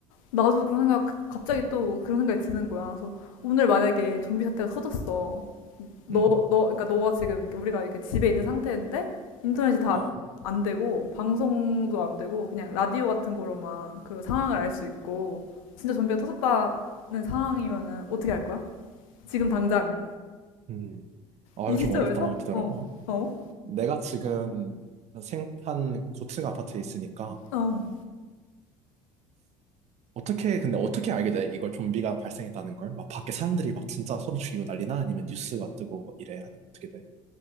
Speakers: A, on the left; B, on the right.
A: 나도 그런 생각, 갑자기 또 그런 생각이 드는 거야. 그래서 오늘 만약에 좀비 사태가 터졌어. 너,
B: 음.
A: 너, 그러니까 너가 지금 이렇게 우리가 이렇게 집에 있는 상태인데 인터넷이 다
B: 어.
A: 안, 안 되고 방송도 안 되고 그냥 라디오 같은 거로만 그 상황을 알 수 있고 진짜 좀비가 터졌다는 상황이면은 어떻게 할 거야? 지금 당장
B: 음. 아,
A: 이
B: 이거
A: 시점에서?
B: 좀 어렵다. 기다려봐.
A: 어, 어,
B: 내가 지금 생판 고층 아파트에 있으니까
A: 어.
B: 어떻게 근데 어떻게 알게 돼? 이걸 좀비가 발생했다는 걸? 막 밖에 사람들이 막 진짜 서로 죽이고 난리나? 아니면 뉴스가 뜨고 뭐 이래? 아니면 어떻게 돼?